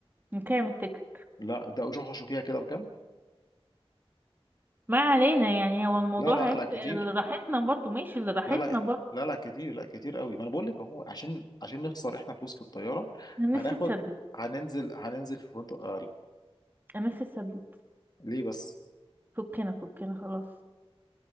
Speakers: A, on the right; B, on the left.
A: نكام التيكت
B: لا ده روحوا شوفيها كده بكام
A: ما علينا يعني هو الموضوع
B: لا لا
A: هيفرق
B: لا كتير
A: اللي راحتنا برضو ماشي اللي راحتنا
B: لا لا لا
A: برضو
B: لا لا كتير لا كتير قوي ما انا بقول لك اهو عشان عشان نخسر احنا فلوس في الطياره
A: انا
B: هناخد
A: نفسي تسدد
B: هننزل هننزل في فندق اقل
A: انا نفسي تسدد
B: ليه بس
A: فكنا فكنا خلاص